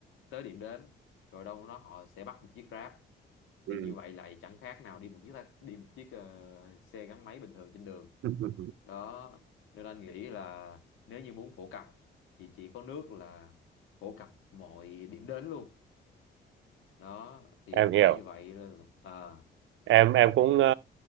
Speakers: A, on the left; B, on the right.
A: tới điểm đến rồi đâu đó họ sẽ bắt một chiếc Grab
B: Ừ.
A: thì như vậy lại chẳng khác nào đi một chiếc tax- đi một chiếc ờ, xe gắn máy bình thường trên đường
B: <laughs>
A: đó nên anh nghĩ là nếu như muốn phổ cập thì chỉ có nước là phổ cập mọi điểm đến luôn đó thì
B: em
A: anh
B: hiểu
A: thấy như vậy là à
B: em
A: thì thì
B: em cũng
A: thì
B: ờ,